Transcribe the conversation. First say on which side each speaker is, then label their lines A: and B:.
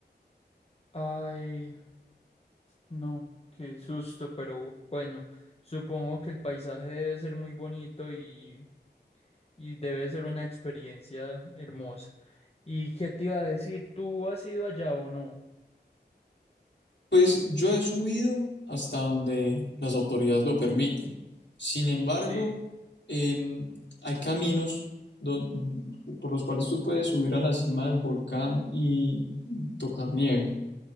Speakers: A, on the left; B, on the left.
A: Ay, no, qué susto, pero bueno, supongo que el paisaje debe ser muy bonito y, y debe ser una experiencia hermosa. ¿Y qué te iba a decir? ¿Tú has ido allá o no?
B: Pues yo he subido hasta donde las autoridades lo permiten. Sin embargo,
A: Sí.
B: eh, hay caminos don- por los cuales tú puedes subir a la cima del volcán y tocar nieve.